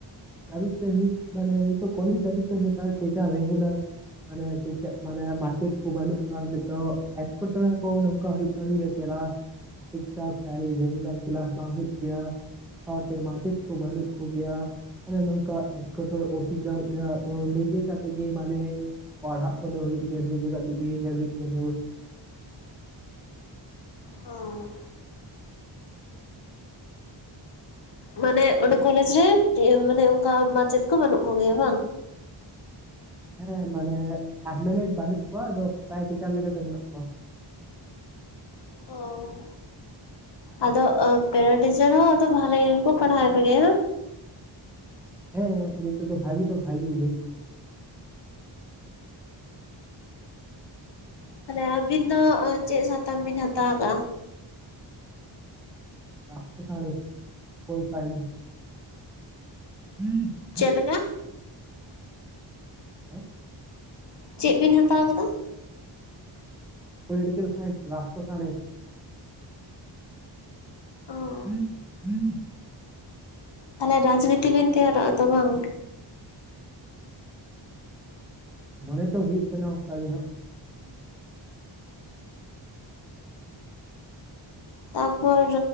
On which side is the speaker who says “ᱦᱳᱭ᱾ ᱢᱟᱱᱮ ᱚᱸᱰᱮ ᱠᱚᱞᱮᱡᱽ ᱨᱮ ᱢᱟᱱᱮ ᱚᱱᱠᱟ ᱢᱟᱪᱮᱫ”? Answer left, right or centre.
Left